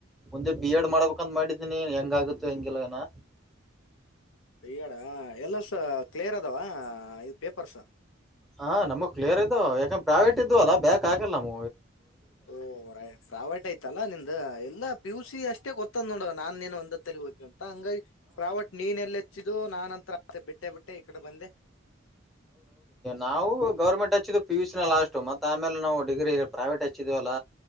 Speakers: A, in the centre; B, on the left (about 70°).
A: ಒಂದೆ ಬಿ ಎಡ್ ಮಾಡ್ಬೇಕಂತ್ ಮಾಡಿದ್ ಇದ ನೀನ್ ಹೆಂಗಾಗುತ್ತ್ತು ಹೆಂಗಿಲ್ಲಾನಾ
B: ಬೀಎಡ್ ಆ ಎಲ್ಲಾ ಸು ಕ್ಲಿಯರ್ ಅದವ ಪೇಪರ್ಸ
A: ಹಾ ನಮ್ಗ್ ಕ್ಲಿಯರ್ ಇದ್ ಯಾಕಂದ ಪ್ರೈಾವೇಟ್ ಇದ್ದು ಅಲ್ಲ ಬೇಕಕ್ ಆಗಲ್ಲ ನ್
B: ಓ ರ ಪ್ರಾವೇಟ್ ಐ್ತಲ್ಲಾ ನಿಂದ್ದ ಎಲ್ಲಾ ಪಿ ಯು ಸಿ ಅಷ್ಟೇ ಗೊತ್ತಂದ್ ನೋಡ ನಾನ್ ನೀನ್ ಒಂದತ್ತಲ್ಲಿ ಹೋಗ್ೇ ಅಂತ ಹಂಗಾಗಿ ಪ್ರಾವೇಟ್ ನೀನ್ ಎಲ್ಲ ಹೆಚ್ಚಿದು ನಾನಂತ ಬಿಟ್ಟೆ ಬಿಟ್ಟೆ ಈ ಕಡೆ ಬಂದೆ
A: ನಾವು ಗೌರ್ಮೆಂಟ್ ಹಚ್ಚಿದವು ಪಿ ಯುಸ ನ ಲಾಸ್ಟ್ ಮತ್ತ ಆಮೇಲೆ ನಾವು ಡಿಗ್ರಿ ಪ್ರೈವೇಟ್ ಹಚ್ಚಿದೇವ ಅಲ್ಲ